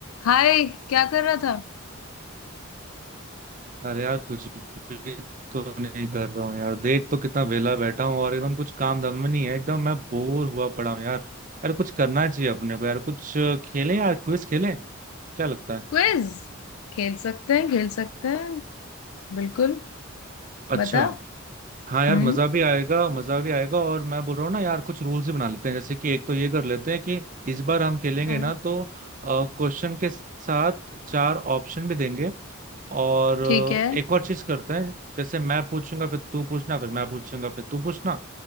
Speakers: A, on the left (about 80°); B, on the right (about 35°).
A: हाय क्या कर रहा था
B: अरे यार कुछ भी तो नहीं कर रहा हूँ यार देख तो कितना वेला बैठा हूँ और एकदम कुछ काम दम में नहीं है एकदम मैं बोर हुआ पड़ा हूँ यार यार कुछ करना चाहिए अपने को यार कुछ खेलें यार क्विज खेलें क्या लगता है
A: क्विज खेल सकते हैं खेल सकते हैं बिल्कुल
B: अच्छा
A: बता
B: हाँ यार
A: हम्म
B: मजा भी आएगा मजा भी आएगा और मैं बोल रहा हूँ ना यार कुछ रूल्स भी बना लेते हैं जैसे कि एक तो ये कर लेते हैं कि इस बार हम खेलेंगे
A: हाँ
B: ना तो क्वेश्चन के साथ चार ऑप्शन भी देंगे और
A: ठीक है
B: अ, एक और चीज करते हैं जैसे मैं पूछूंगा फिर तू पूछना फिर मैं पूछूंगा फिर तू पूछना